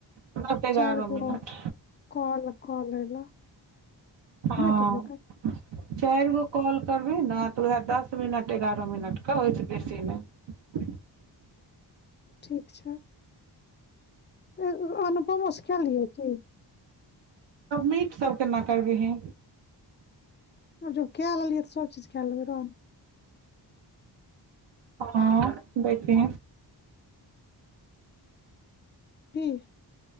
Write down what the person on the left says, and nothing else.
चारि
गो कॉल कॉअ लऽले
नहि कहलके
ठीक छै एगो अनुभव मुशकीए की
जब क ललियऐ तऽ सब चीज क लेबै रोन
ठीक